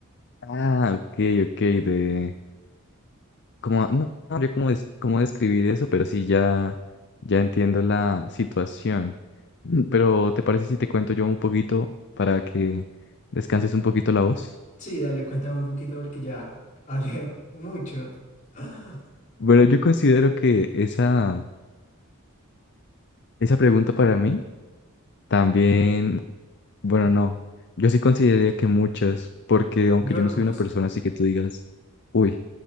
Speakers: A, on the left; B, on the left.
A: Ah, ok, ok, de... Como, no, no habría cómo, des- cómo describir eso, pero sí ya, ya entiendo la situación. Mm, Pero, ¿te parece si te cuento yo un poquito para que descanses un poquito la voz?
B: Sí, dale, cuéntame un poquito porque ya hablé mucho. <laughs>
A: Bueno, yo considero que esa, esa pregunta para mí también Bueno, no. Yo sí consideraría que muchas, porque aunque
B: Yo
A: yo
B: algunas.
A: no soy una persona así que tú digas, uy,